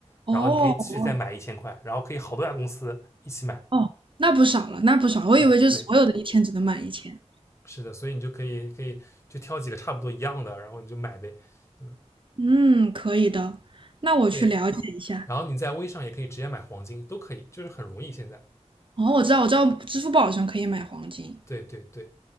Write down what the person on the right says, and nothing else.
哦。
哦
哦，那不少了，那不少了，我以为就所有的一天只能满一千。
嗯，可以的，那我去了解一下。
哦，我知道，我知道，支付宝上可以买黄金。